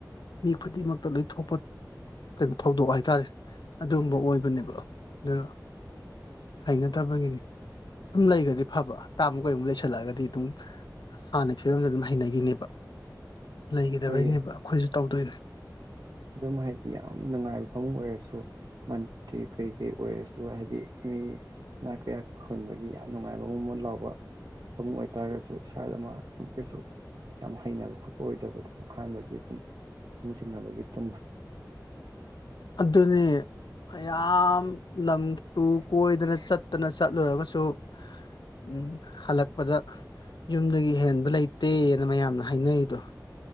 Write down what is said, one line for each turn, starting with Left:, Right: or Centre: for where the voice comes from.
Left: ꯃꯤ ꯈꯨꯗꯤꯡꯃꯛꯇ ꯂꯣꯏ ꯊꯣꯛꯄ ꯀꯩꯅꯣ ꯊꯧꯗꯣꯛ ꯍꯥꯏ ꯇꯥꯔꯦ ꯑꯗꯨꯒꯨꯝꯕ ꯑꯣꯏꯕꯅꯦꯕ ꯑꯗꯨꯅ ꯍꯩꯅꯗꯕꯒꯤꯅꯤ ꯁꯨꯝ ꯂꯩꯒꯗꯤ ꯐꯕ ꯍꯞꯇꯥꯃꯨꯛ ꯀꯩꯃꯨꯛ ꯂꯩꯁꯜꯂꯛꯑꯒꯗꯤ ꯑꯗꯨꯝ ꯍꯥꯟꯅ ꯐꯤꯕꯝꯗ ꯑꯗꯨꯝ ꯍꯩꯅꯒꯤꯅꯦꯕ꯫ ꯂꯩꯒꯗꯕꯩꯅꯦꯕ
Right: ꯍꯣꯏꯌꯦ
Left: ꯑꯩꯈꯣꯏꯖꯨ ꯇꯧꯗꯣꯏꯅꯦ꯫
Right: ꯑꯗꯨꯝ ꯍꯥꯏꯗꯤ ꯌꯥꯝ ꯅꯨꯡꯉꯥꯏꯕ ꯐꯃꯨꯡ ꯑꯣꯏꯔꯁꯨ ꯃꯟꯇ꯭ꯔꯤ ꯀꯩ ꯀꯩ ꯑꯣꯏꯔꯁꯨ ꯍꯥꯏꯗꯤ ꯃꯤ ꯏꯅꯥꯛ ꯀꯩꯔꯥ ꯐꯪꯕꯒꯤ ꯌꯥꯝ ꯅꯨꯡꯉꯥꯏꯕ ꯃꯣꯟ ꯃꯣꯟ ꯂꯥꯎꯕ ꯐꯃꯨꯡ ꯑꯣꯏꯇꯥꯔꯒꯁꯨ ꯏꯁꯥꯗ ꯃꯥ ꯑꯗꯨꯝ ꯀꯩꯁꯨ ꯌꯥꯝ ꯍꯩꯅꯕ ꯈꯣꯠꯄ ꯑꯣꯏꯗꯕꯗꯣ ꯑꯍꯥꯟꯕꯒꯤ ꯑꯗꯨꯝ ꯐꯃꯨꯡ ꯁꯤꯟꯅꯕꯒꯤ꯫ ꯇꯨꯝꯕ
Left: ꯑꯗꯨꯅꯤ ꯃꯌꯥꯝ ꯂꯝ ꯇꯨ ꯀꯣꯏꯗꯅ ꯆꯠ <unintelligible> ꯆꯠꯂꯨꯔꯒꯁꯨ ꯎꯝ ꯍꯜꯂꯛꯄꯗ ꯌꯨꯝꯗꯒꯤ ꯍꯦꯟꯕ ꯂꯩꯇꯦꯅ ꯃꯌꯥꯝꯅ ꯍꯥꯏꯅꯩꯗꯣ